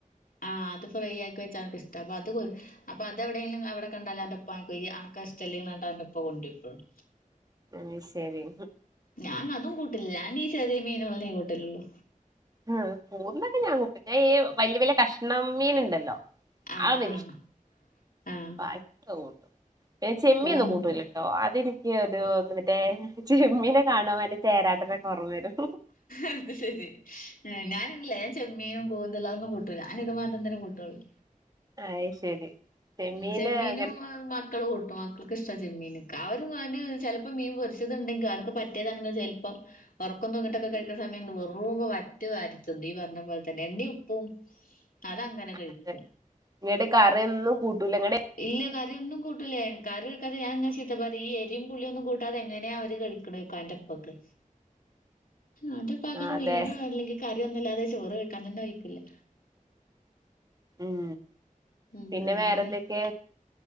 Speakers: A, on the left (about 85°); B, on the right (about 25°).
A: ആഹ് അത് ഫ്രൈ ആക്കി വെച്ചാലൊക്കെ ഇഷ്ടം അപ്പംഅത് അപ്പൊ അതെവിടെലും അവിടെ കണ്ടാ അവന്റെപ്പ വാങ്ങിക്ക് ഇയ്യ് അൻ കഹ് ഇഷ്ടല്ലേ ന്ന റ്ഞ്ഞ്ട്ട് അവന്റെ ഇപ്പ കൊണ്ടരും എപ്പഴും
B: അത് ശരി
A: ഞാൻ അതും കൂട്ടില്ല ഞാൻ ഈ ചെറിയ മീനെള്ള ന്നെകൂട്ടലെള്ളു
B: ഉം കൂന്തൊക്കെ ഞാൻ കൂട്ടിച്ച ഈ വല്യയ വല്യയ കഷ്ണം മീൻ ഇണ്ടല്ലോ
A: ആഹ്
B: ആ ഒന്നും ഇൻക്കിഷ്
A: ആഹ്
B: പ കൂട്ടും പിന്നെ ചെമ്മിയൊന്നും
A: കൂന്തൽ
B: കൂട്ടൂല്ല അതെനിക്ക് ഒരു മറ്റേ ചെമ്മീനെ കാണാൻ മറ്റെ ചേരാട്ട നൊകൊർമ വരും
A: അത് ശരി ഞാനില്ലേ ൻ ചെമ്മീനും കൂന്തള് അതൊന്നും കൂട്ടൂല അനി ഇത് മാത്രം തന്നെ കൂട്ടൊള്ളൂ
B: അത് ശരി ചെമ്മീന്
A: ചെമ്മീനും
B: അങ്ങനെ
A: മ ക്കൾ കൂട്ടും മക്കൾക്ക് ഇഷ്ടാ ചെമ്മീന് അവർ <unintelligible> ചിലപ്പോം മീൻ പൊരിച്ചത് ഉണ്ടെങ്കിൽ അവർക്ക് പറ്റിയതാണെങ്കിൽ ചിലപ്പോം ഉറക്കൊന്നും തൂങ്ങിട്ടൊക്കെ കഴിക്ക്ണ സമയ വെറും വറ്റു വരിത്തിന്ന് ഈ പറഞ്ഞ പോലെ തന്നെ എണ്ണീ ഉപ്പും അതങ്ങനെ
B: ആ
A: കഴിക്കും
B: അതെ നിങ്ങട്ട് കറി ഒന്നും കൂട്ടൂലങ്ങട്ട്
A: ഇല്ല കറിയൊന്നും കൂട്ടൂല്ലെ കറിയ്ട്ക്കാതെ ഞാൻങ്ങനെ ചീ ത്ത പറീം ഈ എരി പുള്ളിയൊന്നും കൂട്ടാതെങ്ങനെയാ അവര് കഴിക്ക്ണോയ്ക്കും ന്റെ പ്പൊക്കെ ഓന്റെ പ്പാ
B: ആ
A: കൊന്നും
B: അതെ
A: മീനോ അല്ലെങ്കി കറിയൊന്നും ഇല്ലാതെ ചോറ് കയിക്കാൻന് തന്നെ വഴ്ക്കില്ല
B: ഉം
A: ഉം
B: പിന്നെ
A: അങ്ങനെ
B: വേറെന്തൊക്കെയ